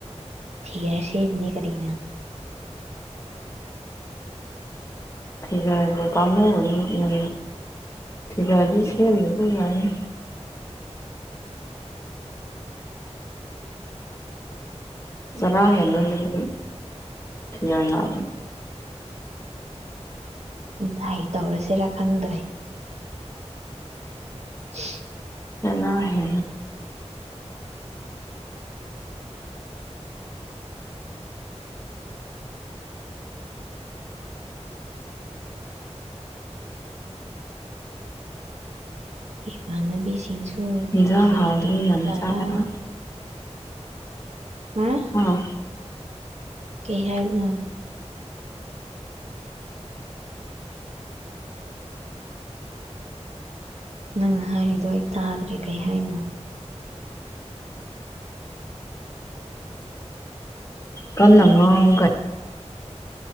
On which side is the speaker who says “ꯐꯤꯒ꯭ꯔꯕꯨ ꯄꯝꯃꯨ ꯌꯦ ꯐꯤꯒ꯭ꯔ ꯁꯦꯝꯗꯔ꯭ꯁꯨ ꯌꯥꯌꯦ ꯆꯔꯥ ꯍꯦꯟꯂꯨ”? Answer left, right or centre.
Left